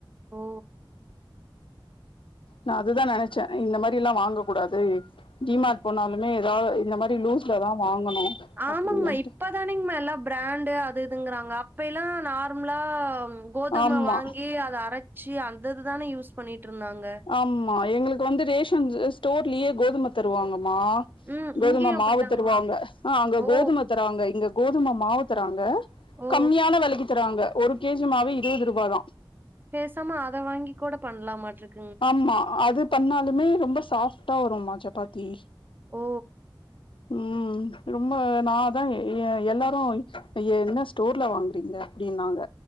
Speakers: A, on the right (about 25°); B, on the left (about 80°).
A: ஓ
B: நா அதுதா நெனச்சே இந்த மாரிலா வாங்க கூடாது டி மார்ட் போனாலுமே எதா இந்த மாரி லூஸ்லதா வாங்கணு
A: ஆமங்ம்மா
B: அப்டின்ட்டு
A: இப்ப தானுங்கம்மா எல்லா ப்ராண்டு அது இதுங்குறாங்க அப்பைலா நார்ம்லா கோதும
B: ஆமா
A: வாங்கி அத அரச்சு அந்திது தான யூஸ் பண்ணிட்ருந்தாங்க
B: ஆமா எங்களுக்கு வந்து ரேஷன் ஸ்டோர்லயே கோதும தருவாங்கம்மா
A: ம்.
B: கோதும
A: இங்கேயும் அப்படிதாங்கம்மா.
B: மாவு தருவாங்க ஆஹ் அங்க
A: ஓ!
B: கோதும தராங்க இங்க கோதும மாவு தராங்க
A: ஓ!
B: கம்மியான வெலைக்கி தராங்க ஒரு கே ஜி மாவே இருவது ரூபாதா
A: பேசாம அத வாங்கி கூட பண்லாமாட்ருக்கு
B: ஆமா அது பண்ணாலுமே ரொம்ப சாஃப்டா வருமா சப்பாத்தி
A: ஓ
B: ம் ரொம்ப நா தா எ எல்லாரு என்ன ஸ் ஸ்டோர்ல வாங்குறீங்க அப்டின்னாங்க